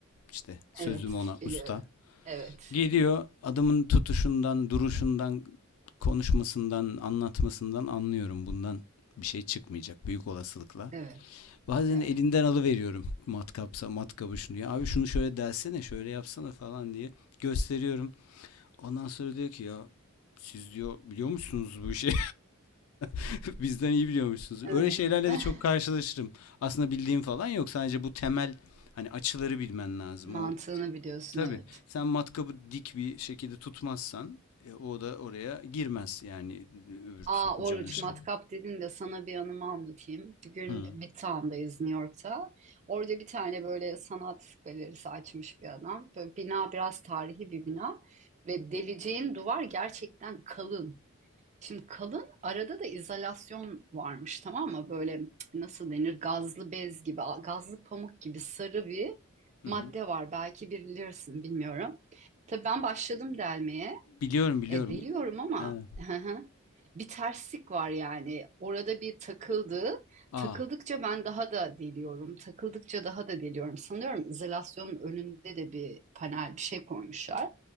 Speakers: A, on the left; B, on the right.
A: İşte sözüm
B: Evet,
A: ona
B: biliyorum.
A: usta.
B: Evet,
A: Geliyor adamın tutuşundan, duruşundan, konuşmasından, anlatmasından anlıyorum. Bundan bir şey çıkmayacak büyük olasılıkla.
B: evet,
A: Bazen
B: evet.
A: elinden alıveriyorum matkapsa matkabı şunu ya abi şunu şöyle dersene şöyle yapsana falan diye gösteriyorum. Ondan sonra diyor ki ya siz diyor biliyor musunuz bu işi? <laughs> Bizden iyi biliyormuşsunuz.
B: Evet.
A: Öyle şeylerle
B: <laughs>
A: de çok karşılaşırım. Aslında bildiğim falan yok. Sadece bu temel hani açıları bilmen lazım.
B: Mantığını
A: O
B: biliyorsun,
A: tabii
B: evet.
A: sen matkabı dik bir şekilde tutmazsan e, o da oraya girmez yani öbür
B: Aa,
A: sokacağın
B: Oruç,
A: şey.
B: matkap dedin de sana bir anımı anlatayım. Bir gün
A: Hı.
B: Midtown'dayız New York'ta. Orada bir tane böyle sanat galerisi açmış bir adam. Böyle bina biraz tarihi bir bina. Ve deleceğin duvar gerçekten kalın. Şimdi kalın arada da izolasyon varmış tamam mı? Böyle nasıl denir gazlı bez gibi, gazlı pamuk gibi sarı bir
A: Hı
B: madde
A: hı.
B: var. Belki bilirsin bilmiyorum. Tabii ben başladım delmeye.
A: Biliyorum biliyorum.
B: E, deliyorum ama
A: Evet.
B: <laughs> hı hı. bir terslik var yani. Orada bir takıldı.
A: Aa.
B: Takıldıkça ben daha da deliyorum. Takıldıkça daha da deliyorum. Sanıyorum izolasyonun önünde de bir panel bir şey koymuşlar.